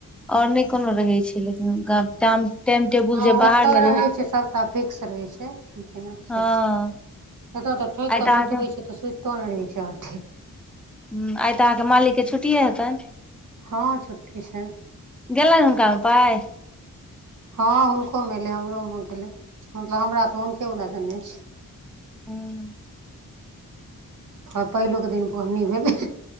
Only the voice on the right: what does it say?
हँ
ओतऽ
रहै छै सभटा फिक्स रहै छै की केना
से छै एतऽ तऽ ठोकि
कऽ
सुतबै छै तऽ सुतितो नय रहै छै अधिक
हँ छुट्टी छै
हँ हुनकोमे एलै हमरोमे गेलै मतलब हमरा तऽ हुनके वला देने छै।
हँ पहिलुक दिन बोहनी भेलै